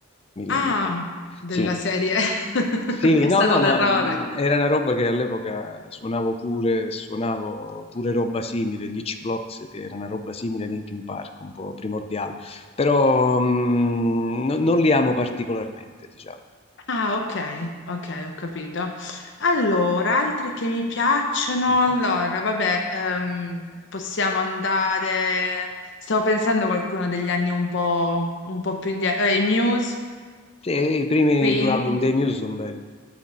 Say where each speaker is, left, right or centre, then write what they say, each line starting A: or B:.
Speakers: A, on the left; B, on the left.
A: mille
B: Ah,
A: anni fa.
B: della
A: Sì,
B: serie. <laughs>
A: Sì,
B: È
A: no,
B: stato
A: no,
B: un
A: ma
B: errore.
A: mh, era una roba che all'epoca suonavo pure, suonavo pure roba simile, gli H-Blocks, che era una roba simile a Linkin Park, un po' primordiale, però mh, non, non li amo particolarmente, diciamo.
B: Ah, ok, ok, ho capito. Allora, altri che mi piacciono,
A: Mhm.
B: allora, vabbè, ehm, possiamo andare... Stavo pensando a qualcuno degli anni un po', un po' più indietro. Eh, i Muse,
A: Sì, i primi
B: Queen.
A: due album dei Muse sono belli.